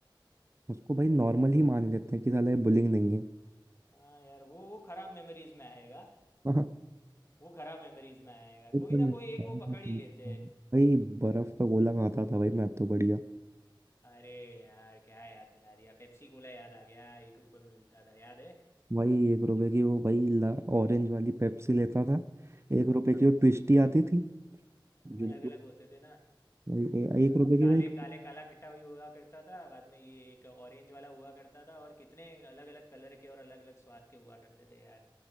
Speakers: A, on the right; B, on the left.
A: उसको भाई नॉर्मल ही मान लेते हैं कि साला ये बुलिंग नहीं
B: हाँ यार वो वो खराब मेमोरीज में आएगा
A: है
B: वो खराब मेमोरीज में आएगा
A: एकदम
B: कोई ना
A: अच्छा।
B: कोई एक वो पकड़ ही लेते
A: भाई
B: हैं
A: बर्फ का गोला खाता था भाई मैं तो बढ़िया
B: अरे यार क्या याद दिला दिया पेप्सी कोला याद आ गया एक रुपए में मिलता था याद है
A: भाई एक रुपए की वो भाई ला ऑरेंज वाली पेप्सी लेता था एक रुपए की वो ट्विस्टी आती थी जो
B: अलग अलग होते थे ना
A: भाई ए-
B: आ,
A: एक रुपए की
B: काले
A: भाई
B: काले काला खट्टा भी हुआ करता था बाद में ये एक ऑरेंज वाला हुआ करता था और कितने अलग अलग कलर के और अलग अलग स्वाद के हुआ करते थे यार